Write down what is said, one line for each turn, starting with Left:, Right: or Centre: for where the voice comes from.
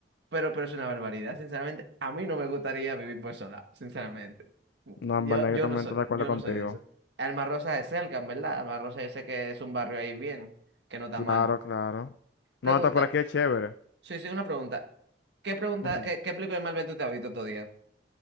Right: Pero, pero es una barbaridad, sinceramente. A mí no me gustaría vivir por sola, sinceramente.
Left: No,
Right: Yo,
Left: en verdad,
Right: yo
Left: yo también
Right: no soy,
Left: estoy de acuerdo
Right: yo
Left: contigo.
Right: no soy de eso. Alma Rosa es cerca, en verdad. Alma Rosa yo sé que es un barrio ahí bien, que no está
Left: Claro,
Right: mal.
Left: claro.
Right: Pregunta,
Left: No, está por aquí es chévere.
Right: sí, sí, una pregunta. ¿Qué pregunta,
Left: Ujú.
Right: qué, qué película de Marvel tú te has visto todo día?